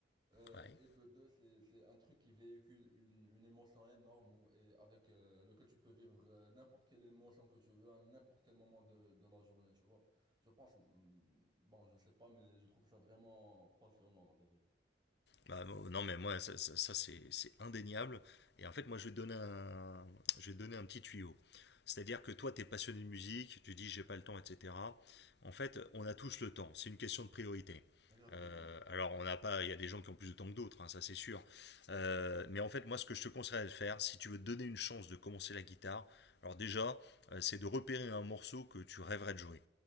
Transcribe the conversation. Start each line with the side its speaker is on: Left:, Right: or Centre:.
Right: Euh,
Left: Ouais.
Right: et de deux, c'est, c'est un truc qui véhicule une, une émotion énorme ou- et avec euh, lequel tu peux vivre euh, n'importe quelle émotion que tu veux à n'importe quel moment de, de la journée, tu vois. Je pense, hmm, bon, je sais pas, mais je trouve ça vraiment passionnant, la vérité.
Left: Bah, euh, non, mais moi, ça, ça- ça, c'est c'est indéniable. Et en fait, moi, je vais te donner un, je vais te donner un petit tuyau. C'est-à-dire que toi, tu es passionné de musique, tu dis j'ai pas le temps, etc. En fait, on a tous le temps. C'est une question de priorité.
Right: Exactement.
Left: Euh,
Right: oui.
Left: alors, on n'a pas, il y a des gens qui ont plus de temps que d'autres, hein, ça c'est sûr. Euh, mais en fait, moi, ce que je te conseillerais de faire, si tu veux te donner une chance de commencer la guitare, alors déjà, euh, c'est de repérer un morceau que tu rêverais de jouer